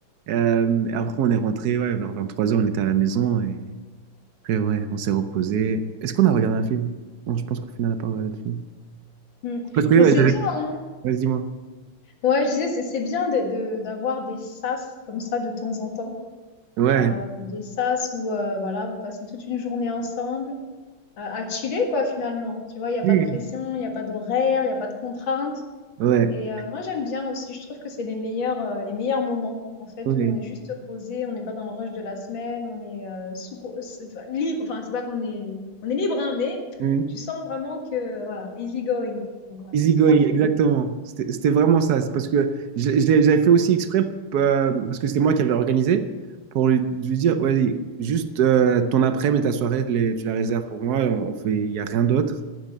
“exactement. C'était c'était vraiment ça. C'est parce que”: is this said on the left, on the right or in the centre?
Right